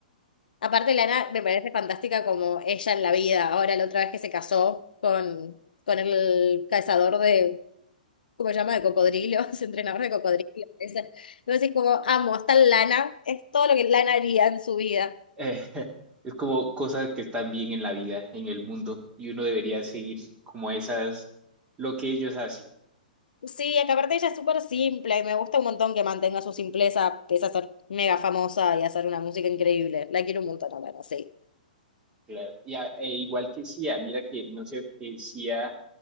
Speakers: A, on the left (about 75°); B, on the right (about 20°).
A: Aparte, Lana me parece fantástica como ella en la vida. Ahora, la otra vez que se casó con, con el cazador de, ¿cómo se llama? De cocodrilos, <laughs> entrenador de cocodrilos. ese. Entonces, como amo, está Lana, es todo lo que Lana haría en su vida.
B: eh, <laughs> es como cosas que están bien en la vida, en el mundo, y uno debería seguir como esas, lo que ellos hacen.
A: Sí, acá aparte ella es súper simple y me gusta un montón que mantenga su simpleza, pese a ser mega famosa y hacer una música increíble. La quiero un montón a Lana, sí.
B: Claro. Y a e igual que Sia, mira que no sé, que Sia,